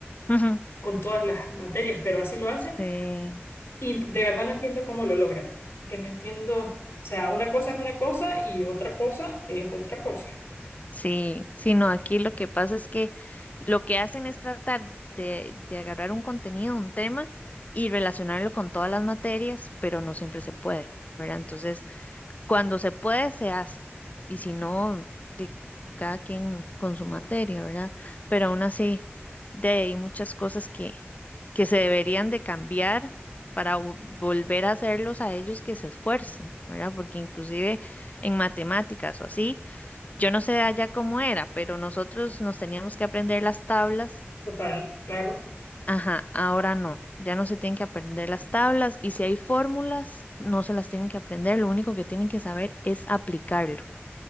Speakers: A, on the left (about 35°); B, on the left (about 55°).
A: ujú.
B: con todas las materias, pero así lo hacen.
A: Sí.
B: Y de verdad no entiendo cómo lo logran, porque no entiendo, o sea, una cosa es una cosa y otra cosa es otra cosa.
A: Sí, sí, no, aquí lo que pasa es que lo que hacen es tratar de, de agarrar un contenido, un tema y relacionarlo con todas las materias, pero no siempre se puede, ¿verdad? Entonces, cuando se puede, se hace. Y si no, de cada quien con su materia, ¿verdad? Pero aún así, de ahí hay muchas cosas que, que se deberían de cambiar para vo- volver a hacerlos a ellos que se esfuercen, ¿verdad? Porque inclusive en matemáticas o así, yo no sé allá cómo era, pero nosotros nos teníamos que aprender las tablas
B: Total, claro,
A: Ajá, ahora no, ya no se tienen que aprender las tablas y si hay fórmulas, no se las tienen que aprender, lo único que tienen que saber es aplicarlo,